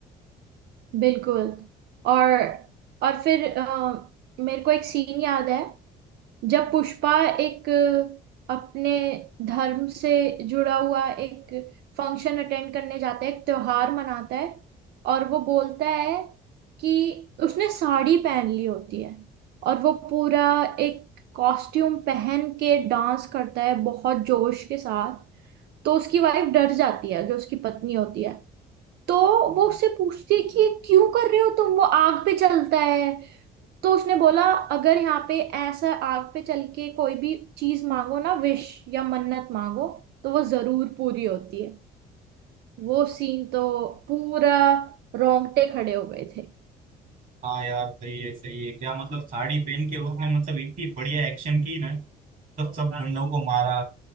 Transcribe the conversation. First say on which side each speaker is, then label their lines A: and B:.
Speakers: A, on the right (about 75°); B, on the right (about 50°).
A: बिल्कुल और और फिर अ, मेरे को एक सीन याद है जब पुष्पा एक अ, अपने धर्म से जुड़ा हुआ एक फंक्शन अटेंड करने जाता है एक त्योहार मनाता है और वो बोलता है कि उसने साड़ी पहन ली होती है और वो पूरा एक कॉस्ट्यूम पहन के डांस करता है बहुत जोश के साथ तो उसकी वाइफ डर जाती है जो उसकी पत्नी होती है तो वो उससे पूछती है कि ये क्यों कर रहे हो तुम वो आग पे चलता है तो उसने बोला अगर यहाँ पे ऐसा आग पे चल के कोई भी चीज मांगो ना विश या मन्नत मांगो तो वो जरूर पूरी होती है वो सीन तो पूरा रोंगटे खड़े हो गए थे
B: हाँ यार सही है सही है क्या मतलब साड़ी पहन के उसने मतलब इतनी बढ़िया एक्शन की ना तब सब गुंडों को मारा